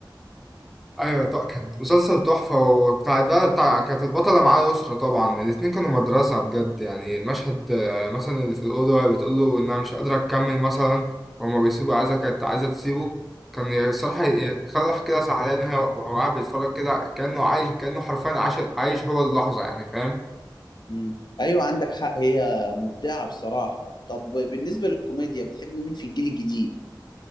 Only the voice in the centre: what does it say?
ايوه طبعا كانت مسلسل تحفه وبتاع ده بتاع كانت البطله معاه يسرا طبعا الاتنين كانوا مدرسه بجد يعني المشهد آه، مثلا اللي في الاوضه وهي بتقول له انها مش قادره تكمل مثلا وهما بيسيبوا عايزه كانت عايزه تسيبه كان الصراحه يخلي واحد كده زعلان هو- وهو قاعد بيتفرج كده كانه عايش كانه حرفيا عايش عايش هو اللحظه يعني فاهم